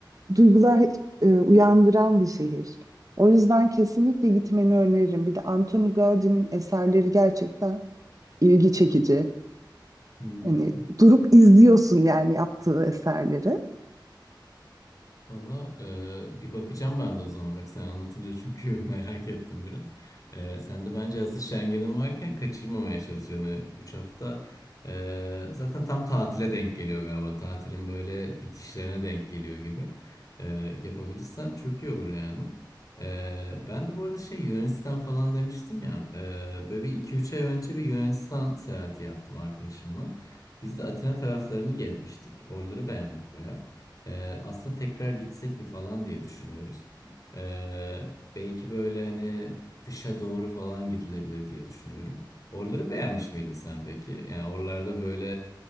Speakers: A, on the right; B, on the left.
A: duygular e, uyandıran bir şehir. O yüzden kesinlikle gitmeni öneririm. Bir de Anthony Gaudi'nin eserleri gerçekten ilgi çekici.
B: hı hı.
A: Hani durup izliyorsun yani yaptığı eserleri.
B: Valla e, bir bakacağım ben de o zaman bak sen anlatınca çünkü <laughs> merak ettim biraz. E, sen de bence hazır Schengen'in varken kaçırmamaya çalış. Yani 3 hafta e, zaten tam tatile denk geliyor galiba. Tatilin böyle bitişlerine denk geliyor gibi. E, yapabilirsen çok iyi olur yani. E, ben de bu arada şey Yunanistan falan demiştin ya. E, böyle bir 2-3 ay önce bir Yunanistan seyahati yaptım arkadaşımla. Biz de Atina taraflarını gezmiştik. Oraları beğendik ee, aslında tekrar gitsek mi falan diye düşünüyoruz. Ee, belki böyle hani kışa doğru falan gidilebilir diye düşünüyorum. Oraları beğenmiş miydin sen peki? Yani oralarda böyle